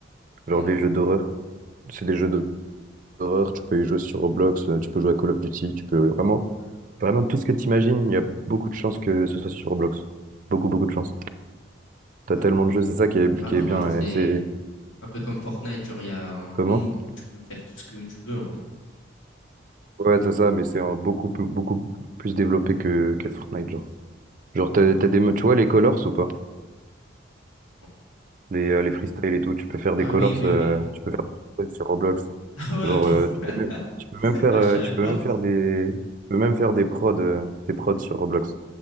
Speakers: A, on the right; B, on the left.
A: genre
B: Non.
A: des jeux d'horreur, c'est des jeux d'horreur, tu peux y jouer sur Roblox, euh, tu peux jouer à Call of Duty, tu peux vraiment, vraiment tout ce que t'imagines, il y a beaucoup de chances que ce soit sur Roblox, beaucoup beaucoup de chances. T'as
B: Ah
A: tellement
B: ok.
A: de jeux, c'est ça qui est,
B: Ah
A: qui
B: donc
A: est bien,
B: en fait, c'est
A: et c'est
B: un peu comme Fortnite, genre il y a un monde
A: comment?
B: où tu peux faire tout ce que tu veux en fait.
A: Ouais, c'est ça, mais c'est euh, beaucoup, plus- beaucoup plus développé que, que Fortnite, genre.
B: Ouais,
A: Genre,
B: je-
A: t'as, t'as des modes, tu vois, les colors ou pas?
B: non.
A: Les, euh, les freestyles et tout, tu peux faire
B: Ouais,
A: des colors,
B: oui, oui,
A: euh,
B: oui. <laughs>
A: tu peux faire des freestyles sur Roblox.
B: Ah ouais,
A: Genre,
B: ok.
A: euh, tu
B: <laughs>
A: peux même, tu peux même faire,
B: Ah
A: euh,
B: je savais
A: tu peux
B: pas.
A: même faire des, tu peux même faire des prods, euh, des prods sur Roblox.